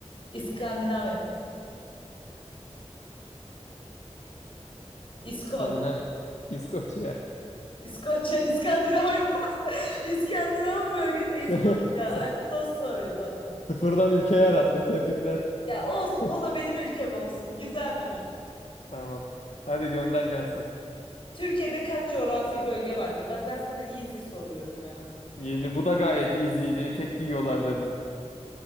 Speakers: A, on the left; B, on the left.
A: İskandinavya. İskoç.
B: İskandinav, İskoçya. <laughs>
A: İskoçya, İskandinavya. <laughs> İskandinav bölgesi İskoçya.
B: Şey, sen
A: I'm so sorry tatlım.
B: sıfırdan ülke yarattın. Tebrikler.
A: Ya olsun o
B: <laughs>
A: da benim ülkem olsun. Gizem ya.
B: Tamam. Hadi gönder gelsin.
A: Türkiye'de kaç coğrafi bölge vardır? Bak ben sana easy soruyorum ya.
B: Yedi Bu da gayet easy'ydi. Etek giyiyorlar dedim.